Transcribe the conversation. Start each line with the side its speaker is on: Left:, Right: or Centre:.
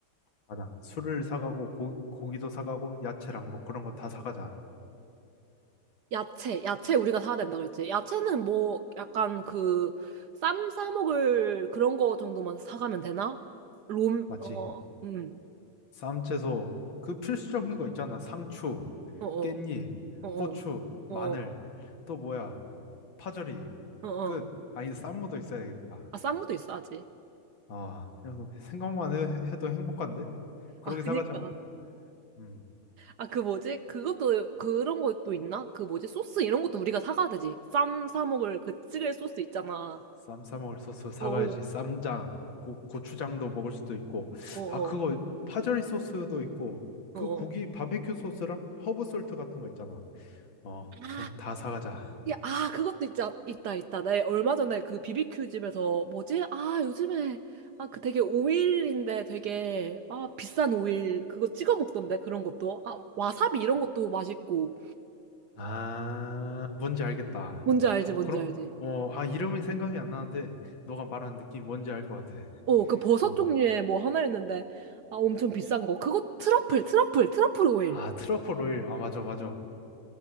Left: 맞아. 술을 사가고, 고, 고기도 사가고, 야채랑 뭐 그런 거 다 사가자.
Right: 야채, 야채 우리가 사야 된다 그랬지. 야채는 뭐 약간 그 쌈 싸먹을 그런 거 정도만 사가면 되나? 롬,
Left: 맞지?
Right: 어, 음,
Left: 쌈채소, 그 필수적인 거 있잖아. 상추,
Right: 어, 어,
Left: 깻잎,
Right: 어,
Left: 고추,
Right: 어,
Left: 마늘,
Right: 어,
Left: 또 뭐야, 파절이.
Right: 어, 어.
Left: 끝.
Right: 어.
Left: 아니, 쌈무도 있어야겠다.
Right: 아, 쌈무도 있어야지.
Left: 아, 야, 그 생각만 해, 도 행복한데? 그러게
Right: 아, 그니까.
Left: 사가자. 음,
Right: 아, 그 뭐지? 그것도, 그런 것도 있나? 그 뭐지? 소스 이런 것도 우리가 사가야 되지. 쌈 싸먹을 그 찌개 소스 있잖아.
Left: 쌈 싸 먹을 소스 사가야지.
Right: 어, 어,
Left: 쌈장, 고, 고추장도 먹을 수도 있고.
Right: 어,
Left: 아, 그거 파절이 소스도 있고.
Right: 어,
Left: 그
Right: 어.
Left: 고기 바베큐 소스랑 허브 솔트 같은 거 있잖아. 어,
Right: 어.
Left: 그런 거 다 사가자.
Right: 야, 아, 그것도 있자, 있다, 있다. 나 얼마 전에 그 비비큐 집에서, 뭐지? 아, 요즘에, 아, 그 되게 오일인데 되게, 아, 비싼 오일, 그거 찍어 먹던데, 그런 것도. 아, 와사비 이런 것도 맛있고.
Left: 아, 뭔지 알겠다.
Right: 뭔지 알지,
Left: 어,
Right: 뭔지
Left: 그럼,
Right: 알지.
Left: 어, 아, 이름이 생각이 안 나는데, 너가 말하는 느낌이 뭔지 알 것 같아.
Right: 어, 그 버섯
Left: 어,
Right: 종류의 뭐 하나였는데, 아, 엄청 비싼 거. 그거 트러플, 트러플, 트러플 오일.
Left: 아, 트러플 오일. 아, 맞아, 맞아.